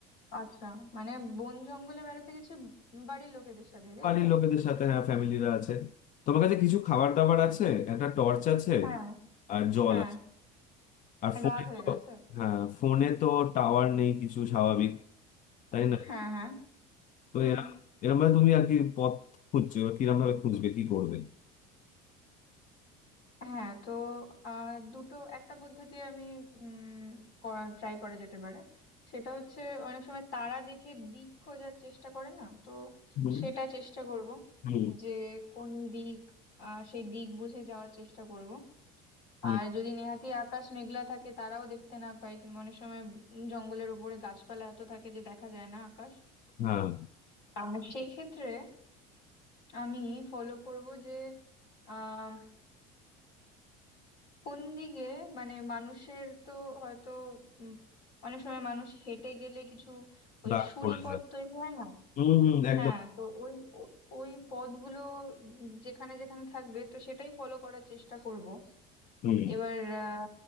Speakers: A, on the left; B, on the left.
A: আচ্ছা মানে বন জঙ্গলে বেড়াতে গেছি বাড়ির লোকেদের সাথে তাই
B: বাড়ির
A: তো
B: লোকেদের সাথে হ্যাঁ ফ্যামিলিরা আছে তোমার কাছে কিছু খাবার দাবার আছে একটা টর্চ আছে
A: হ্যাঁ
B: আর জল
A: হ্যাঁ
B: আছে আর ফোনে
A: রাত হয়ে
B: তো
A: গেছে
B: হ্যাঁ ফোনে তো টাওয়ার নেই কিছু স্বাভাবিক তাই না
A: হ্যাঁ হ্যাঁ
B: তো
A: হুম
B: এরকম এরকম ভাবে তুমি আর কি পথ খুঁজছো এবার কিরকম ভাবে খুঁজবে কি করবে
A: হ্যাঁ তো আহ দুটো একটা পদ্ধতি আমি উম করার ট্রাই করা যেতে পারে সেটা হচ্ছে অনেক সময় তারা দেখে দিক খোঁজার চেষ্টা করে না তো
B: হুম
A: সেটা চেষ্টা করব
B: হুম
A: যে কোন দিক আহ সেই দিক বুঝে যাওয়ার চেষ্টা করব
B: হুম
A: আর যদি নেহাতি আকাশ মেঘলা থাকে তারাও দেখতে না পায় কিংবা অনেক সময় উম জঙ্গলের ওপরে গাছপালা এত থাকে যে দেখা যায় না আকাশ
B: হ্যাঁ
A: আর সেই ক্ষেত্রে আমি ফলো করব যে আহ কোন দিকে মানে মানুষের তো হয়তো উম, অনেক সময় মানুষ হেঁটে গেলে কিছু ওই
B: দাগ
A: সুড়ি
B: পড়ে
A: পথ
B: যায়
A: তৈরি হয় না
B: হুম হুম,
A: হ্যাঁ
B: একদম
A: তো ওই ওই পথগুলো যেখানে যেখানে থাকবে তো সেটাই ফলো করার চেষ্টা করব
B: হুম
A: এবার আহ,